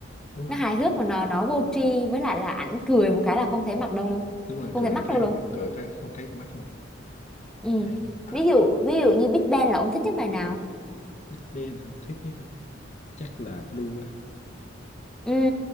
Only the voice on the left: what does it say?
Đúng
rồi,
đúng rồi,
cười
một phát
mà, cười một phát không thấy con mắt luôn.
Ê,
à,
Big Bang hả? Thích nhất hả? Chắc là Blue á.